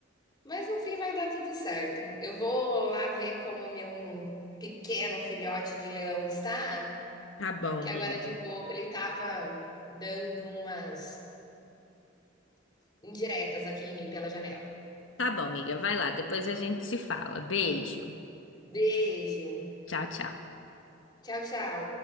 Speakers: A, on the left; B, on the left.
A: Mas no fim vai dar tudo certo. Eu vou lá ver como o meu pequeno filhote de leão está,
B: Tá bom,
A: porque
B: amiga.
A: agora de pouco ele estava dando umas indiretas aqui em mim pela janela.
B: Tá bom, amiga, vai lá, depois a gente se fala. Beijo.
A: Beijo.
B: Tchau, tchau.
A: Tchau, tchau.